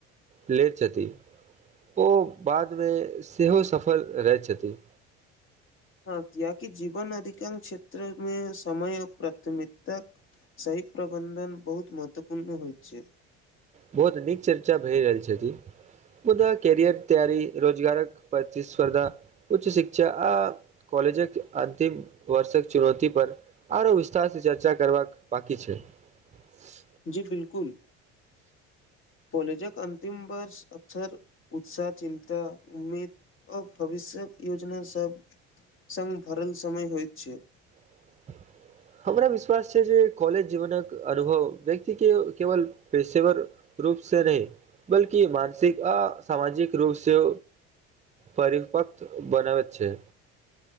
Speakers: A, on the right (about 20°); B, on the left (about 40°).
A: लैत छथि। ओ बादमे सेहो सफल रहै छथिन।
B: हँ कियकि जीवन अधिकांश क्षेत्रमे समय प्राथमिकता सहिब प्रबन्धन बहुत महत्वपूर्ण होइ छैय।
A: बहुत नीक चर्चा भए रहल छथिन मुदा कैरियर तैयारी रोजगारक प्रतिस्पर्धा उच्च शिक्षा आ कॉलेजक अन्तिम वर्षक चुनौती पर आरो विस्तार से चर्चा कर बाकी छैय। <unintelligible>
B: जी बिलकुल कॉलेजक अन्तिम वर्ष अक्सर उत्साह चिन्ता उम्मीद आ भविष्यक योजना सभ संग भरल समय होइत छै
A: <unintelligible> हमरा विश्वास छै जे कॉलेज जीवनक अनुभव व्यक्ति के केवल पेशेवर रूप से नहि बल्कि मानसिक आ सामाजिक रूपसे परिपक्व बनाबैत छै